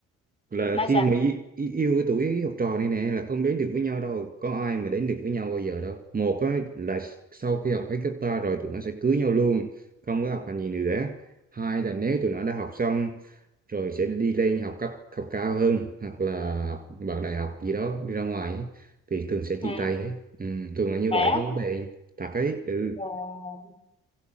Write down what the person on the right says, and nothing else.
là
khi
mà y- y- yêu cái tuổi học trò này nè là không đến được với nhau đâu có ai mà đến được với nhau bao giờ đâu một á, là sau khi học hết cấp ba rồi tụi nó sẽ cưới nhau luôn không có học hành gì nữa hai là nếu tụi nó đã học xong rồi sẽ đi lên học cấp học cao hơn hoặc là học vào đại học gì đó đi ra ngoài ấy, thì thường sẽ chia
tay hết ừ, thường là như
vậy không có bền thật ấy ừ